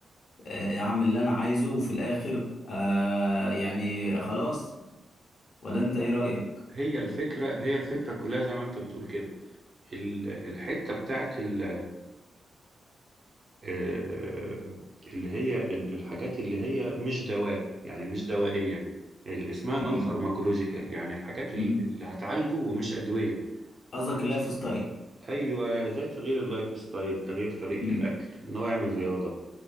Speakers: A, on the left; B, on the right.
A: آه، اعمل اللي انا عايزه وفي الاخر آه يعني خلاص ولا انت ايه رأيك
B: هي الفكرة هي الفكرة كلها زي ما انت بتقول كده ال- الحتة بتاعت ال- آه، اللي هي ال- الحاجات اللي هي مش دواء يعني مش دوائية اللي اسمها نون
A: م-م.
B: فارماكولوجيكال يعني الحاجات
A: م-م.
B: ال- اللي هتعالجه ومش أدوية
A: قصدك اللايف ستايل
B: ايوه زي تغيير اللايف ستايل تغيير طريقة
A: م-م.
B: الاكل ان هو يعمل رياضة